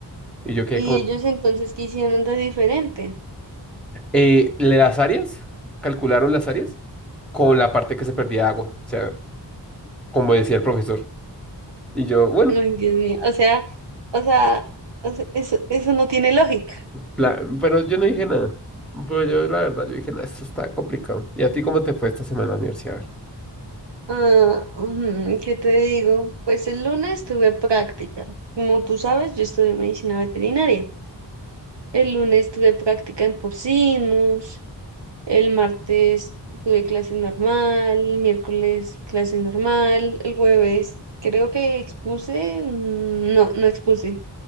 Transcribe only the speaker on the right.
¿Y
ellos entonces qué hicieron de diferente?
No, Ay, Dios mío, o sea, o sea, o sea, eso, eso no tiene lógica.
Ah, ujú, ¿qué te digo? Pues el lunes tuve práctica. Como tú sabes, yo estudié medicina veterinaria. El lunes tuve práctica en porcinos, el martes tuve clase normal, el miércoles clase normal, el jueves creo que expuse, mm, no, no expuse,